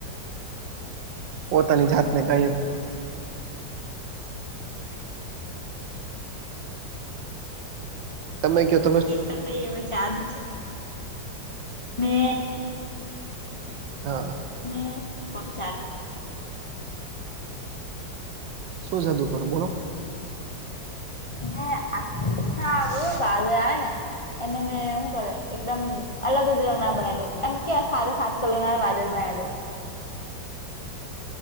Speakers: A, on the right; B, on the left.
A: પોતાની જાતને કઈ તમે ક્યો
B: એ તો કઈ હવે જાદુ છે મે
A: હા
B: મેં કોભી ચાર <unintelligible>
A: શું સાધુ કરો બોલો
B: હ <unintelligible> અચ્છા બહ વાજને એને મે હું કરે એકદમ અલગ જ રંગ ના બનાવી દ્યો એમ કે આ સાથે સાત કલર ના વાજર બનાવી દવ